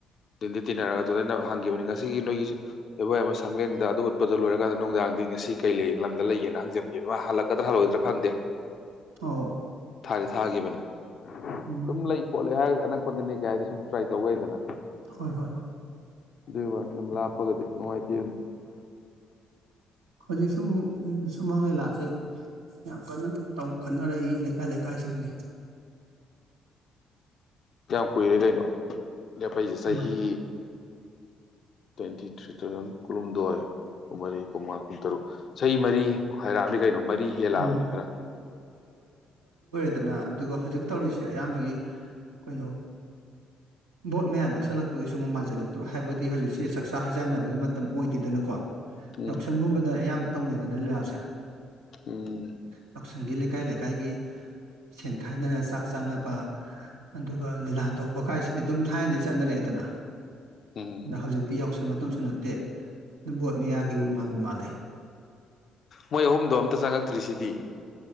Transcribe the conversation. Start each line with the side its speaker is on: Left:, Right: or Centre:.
Left: ꯇꯗꯤ ꯇꯤꯟꯅꯔꯒ ꯑꯗꯨꯗ ꯑꯩꯅ ꯍꯪꯈꯤꯕꯅꯤ ꯉꯁꯥꯏ ꯁꯤꯒꯤ ꯅꯣꯏꯒꯤ ꯕꯣꯏ ꯑꯃ ꯁꯪꯂꯦꯟꯗ ꯑꯗꯨ ꯎꯠꯄꯗꯨꯣ ꯂꯣꯏꯔꯀꯥꯟꯗ ꯅꯨꯡꯗꯥꯡꯗꯤ ꯉꯁꯤ ꯀꯩ ꯂꯝ ꯂꯩꯒꯦꯅ ꯍꯪꯖꯟꯒꯦ ꯃꯥ ꯍꯜꯂꯛꯀꯗ꯭ꯔ ꯍꯏ ꯈꯗꯦ
Right: ꯑꯧ
Left: ꯊꯥꯗꯤ ꯊꯥꯈꯤꯕꯅꯤ
Right: ꯎꯝ
Left: ꯁꯨꯝ ꯂꯩ ꯈꯣꯠꯂꯦ ꯍꯥꯏꯔꯒꯗꯤ ꯑꯅꯛꯄꯗꯅꯦ ꯀꯩ ꯍꯥꯏꯗꯤ ꯁꯨꯝ ꯇ꯭ꯔꯥꯏ ꯇꯧꯒꯦꯗꯅ
Right: ꯍꯣꯏ ꯍꯣꯏ
Left: ꯑꯣꯏꯅꯤ ꯌꯥꯝ ꯂꯥꯞꯄꯒꯗꯤ ꯅꯨꯡꯉꯥꯏꯇꯦ
Right: ꯍꯧꯖꯤꯛ ꯁꯨꯝ ꯁꯨꯃꯥꯡ ꯂꯤꯂꯥꯥꯁ ꯌꯥꯝ ꯀꯟꯅ ꯇꯧꯈꯠꯅꯔꯛꯏ ꯂꯩꯀꯥꯏ ꯂꯩꯀꯥꯏꯁꯤꯡꯁ
Left: ꯀꯌꯥꯝ ꯀꯨꯏꯔꯦ ꯀꯩꯅꯣ ꯂꯦꯞꯄꯩꯁꯦ ꯆꯍꯤ
Right: ꯎꯝ
Left: ꯇ꯭ꯋꯦꯟꯇꯤ ꯊ꯭ꯔꯤ ꯊꯥꯎꯖꯟ ꯀꯨꯜꯍꯨꯝꯗꯣꯏ ꯀꯨꯝꯃꯔꯤ ꯀꯨꯝꯃꯥ ꯎꯇꯔꯣ ꯆꯍꯤ ꯃꯔꯤ ꯍꯥꯏꯔꯛꯑꯝꯗꯤ ꯀꯩꯅꯣ ꯃꯔꯤ ꯍꯦꯜꯂꯛꯑꯕꯅꯤ
Right: ꯎꯝ
Left: ꯈꯔ
Right: ꯗꯅ ꯑꯗꯨꯒ ꯍꯧꯖꯤꯛ ꯇꯧꯔꯤꯁꯤ ꯑꯌꯥꯝꯕꯒꯤ ꯀꯩꯅꯣ ꯕꯣꯠ ꯃꯌꯥ ꯅꯛꯁꯜꯂꯛꯄꯒꯤꯁꯨ ꯑꯃꯨꯛ ꯃꯥꯟꯖꯜꯂꯛꯇ꯭ꯔꯣ ꯍꯥꯏꯕꯗꯤ ꯍꯧꯖꯤꯛꯁꯦ ꯆꯥꯛꯆꯥ ꯍꯩꯖꯥꯟꯅꯕꯒꯤ ꯃꯇꯝ ꯑꯣꯏꯗꯦꯗꯅꯀꯣ
Left: ꯎꯝ
Right: ꯌꯥꯎꯁꯪꯒꯨꯝꯕꯗ ꯑꯌꯥꯝꯕ ꯅ ꯂꯥꯁ
Left: ꯎꯝ
Right: <unintelligible> ꯀꯥꯛꯆꯪꯒꯤ ꯂꯩꯀꯥꯏ ꯂꯩꯀꯥꯏꯒꯤ ꯁꯦꯟ ꯈꯥꯏꯅꯔ ꯆꯥꯛ ꯆꯥꯅꯕ ꯑꯗꯨꯒ ꯂꯤꯂꯥ ꯇꯧꯕ ꯀꯥꯏꯁꯤꯗꯤ ꯑꯗꯨꯝ ꯊꯥꯏꯅꯗꯒꯤ ꯆꯠꯅꯔꯛꯑꯦꯗꯅ
Left: ꯎꯝ
Right: ꯑꯗ ꯍꯧꯖꯤꯛꯇꯤ ꯌꯥꯎꯁꯪꯃ ꯃꯇꯝꯁꯨ ꯅꯠꯇꯦ ꯣꯠ ꯃꯌꯥꯒꯤꯕꯨ ꯃꯥꯡꯕ ꯃꯥꯜꯂꯦ
Left: ꯃꯣꯏ ꯑꯍꯨꯝꯗꯣ ꯑꯝꯇ ꯆꯪꯉꯛꯇ꯭ꯔꯤꯁꯤꯗꯤ